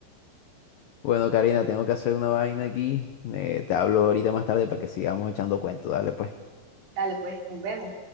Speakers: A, on the left (about 80°); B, on the right (about 60°).
A: Bueno, Karina, tengo que hacer una vaina aquí. Eh, te hablo ahorita más tarde para que sigamos echando cuentos. Dale, pues.
B: dale pues, nos vemos.